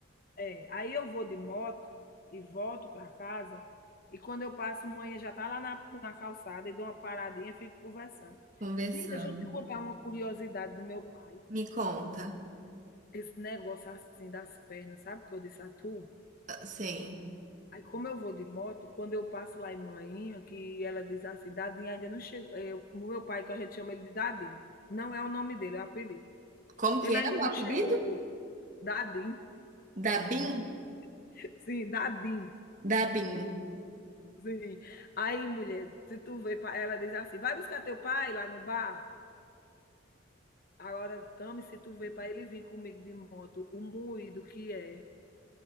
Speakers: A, on the left; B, on the right.
A: É, aí eu vou de moto e volto para casa, e quando eu passo, manhã já tá lá na, na calçada e dou uma paradinha e fico conversando.
B: conversando.
A: Sim, deixa eu te contar uma curiosidade do meu pai.
B: Me conta.
A: Esse negócio assim das pernas, sabe o que eu disse a tu?
B: Sim.
A: Aí, como eu vou de moto, quando eu passo lá em Manhinha, que ela diz assim, Dadinho ainda não chegou. É, o meu pai, que a gente chama ele de Dadinho, não é o nome dele, é o apelido.
B: Como
A: Ele
B: que é
A: ainda
B: o
A: não
B: apelido?
A: chegou. Dadinho,
B: Dabin?
A: <laughs> sim, Dadinho,
B: Dabin.
A: sim. Aí, mulher, se tu vê, pra- ela diz assim, vai buscar teu pai lá no bar? Agora, Tami, se tu vê para ele vir comigo de moto, o moído que é.